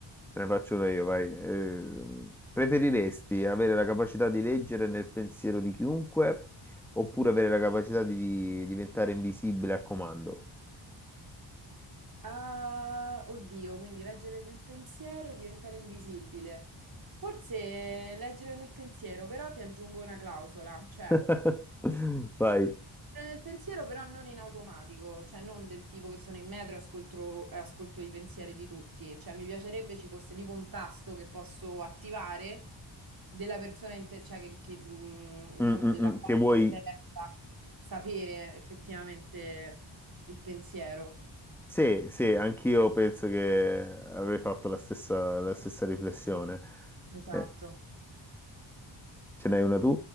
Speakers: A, in the centre; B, on the right (about 45°).
A: te ne faccio una io, vai. Eh, preferiresti avere la capacità di leggere nel pensiero di chiunque oppure avere la capacità di diventare invisibile a comando?
B: Ah, oddio, quindi leggere nel pensiero e diventare invisibile. Forse leggere nel pensiero, però ti aggiungo una clausola, cioè
A: <laughs> Vai.
B: Nel pensiero però non in automatico, cioè non del tipo che sono in metro e ascolto, e ascolto i pensieri di tutti, cioè mi piacerebbe ci fosse tipo un tasto che posso attivare della persona, inte- cioè che, che, mh,
A: Mm,
B: diciamo
A: mm,
B: della
A: mm,
B: quale
A: Che vuoi?
B: mi interessa sapere effettivamente il pensiero.
A: Sì, sì, anch'io penso che avrei fatto la stessa, la stessa riflessione.
B: Esatto.
A: Eh, ce n'hai una tu